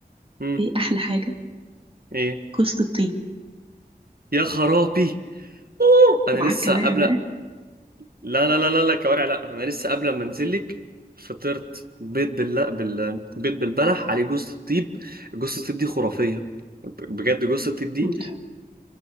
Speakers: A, on the right (about 65°); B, on the right (about 35°).
A: امم
B: ايه احلى حاجة
A: ايه
B: كوسة الطيب
A: يا خرابي أوه!
B: وعلى
A: انا لسه
B: الكوارع
A: قبل
B: بقى
A: لا لا لا لا لا كوارع لا انا لسه قبل ما انزلك فطرت بيض بال بال بيض بالبلح عليه جوز الطيب جوز الطيب دي خرافيه بجد جوز الطيب دي
B: إنك